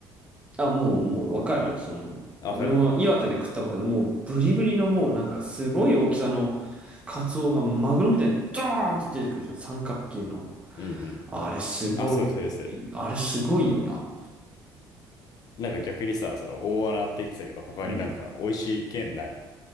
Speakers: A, on the right; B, on the left.
A: あ、もう、もう、わかるよ、その、
B: あわかる
A: 俺も岩手で食ったことある、もう、ブリブリのもう、なんか、すごい大きさの、カツオがマグロみたいに、ドーンって出てくるじゃん、三角形の。
B: うんうん。
A: あれ、すごい、
B: あ、それそれそれ。
A: あれ、すごいよな。
B: なんか逆にさ、その大穴って言ってたけど、他になんか美味しい県ない。
A: うん。